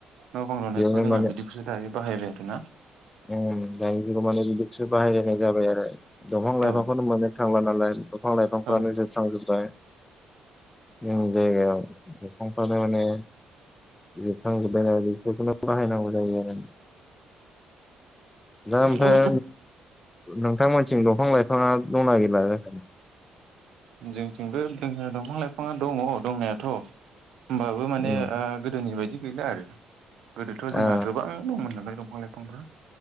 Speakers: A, on the right; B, on the left.
A: न' बां लुनायफ्राव
B: बेयावनो
A: जोंहा
B: माने
A: बिदिखौसो दायो बाहायबाय आरो ना?
B: उम दानि जुगाव माने बिदिसो बाहायलायनाय जाबाय आरो दंफां लाइफांखौनो
A: औ
B: मोननो थांला नालाय दफां लाइफांफ्रानो
A: औ
B: जोबस्रांजोब्बाय। जोंनि जायगायाव दफांफ्रानो माने जोबस्रांजोबाय नाय बेफोरखौनो बाहायनांगौ जायो आरो।
A: औ
B: दा ओमफ्राय नोंथां मोनथिं दंफां लाइफांङा दंना गैला जाखो?
A: जोंथिंबो <unintelligible> दंफां लाइफाङा दङ दंनायाथ' होमबाबो माने
B: उम
A: ओ गोदोनि बायदि गैला आरो। गोदोथ' जोंहा
B: आ
A: गोबां दंमोन नालाय दं फां लाइफांफोरा